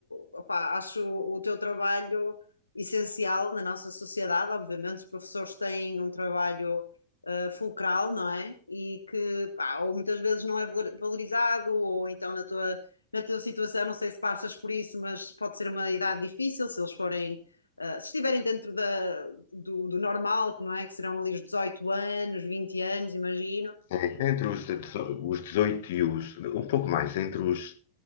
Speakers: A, on the left; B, on the left.
A: opá, acho o teu trabalho essencial na nossa sociedade. Obviamente, os professores têm um trabalho uh, fulcral, não é? E que, pá, ou muitas vezes não é valor- valorizado, ou então na tua, na tua situação, não sei se passas por isso, mas pode ser uma idade difícil se eles forem, uh, se estiverem dentro da, do, do normal, que não é? Que serão ali os 18 anos, vinte anos, imagino.
B: É, entre os, dezo- os 18 e os. Um pouco mais, entre os